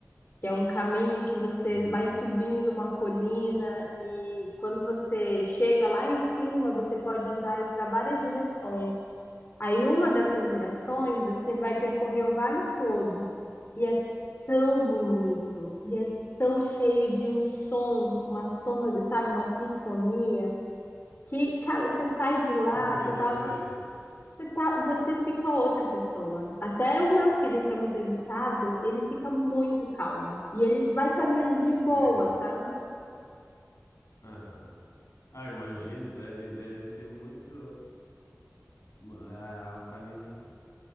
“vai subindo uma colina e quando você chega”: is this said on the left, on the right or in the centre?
Left